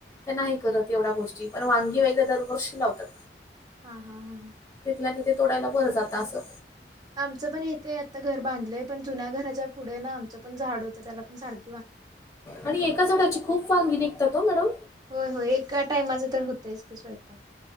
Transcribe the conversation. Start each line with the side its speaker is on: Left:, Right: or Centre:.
Left: ते नाही करत एवढ्या गोष्टी पण वांगी वगैरे दरवर्षी लावतात
Right: हा हा ह
Left: तिथल्या तिथे तोडायला बरं जातं असं
Right: आमचं पण येते आता घर बांधलंय पण जुन्या घराच्या पुढे ना आमचं पण झाड होतं त्याला पण सारखे
Left: आणि एका झाडाची खूप वांगी निघतात हो मॅडम
Right: होय होय एका टायमाचं तर होतयच ते स्वयंपाक